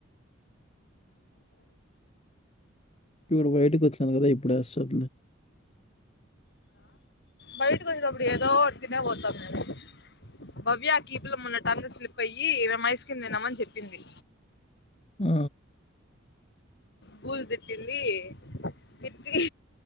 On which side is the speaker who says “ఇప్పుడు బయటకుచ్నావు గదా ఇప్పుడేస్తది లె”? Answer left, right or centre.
Left